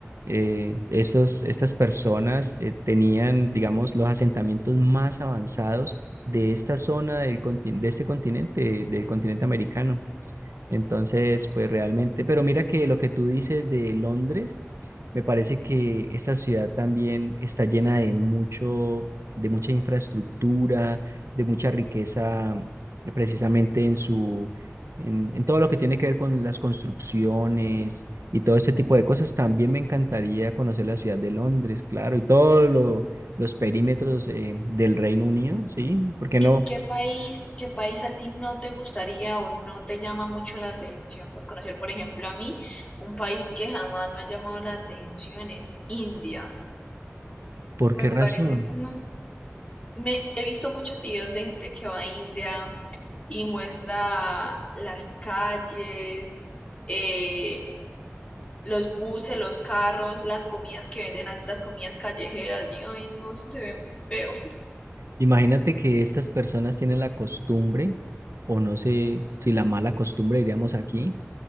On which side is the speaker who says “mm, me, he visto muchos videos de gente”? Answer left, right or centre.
Left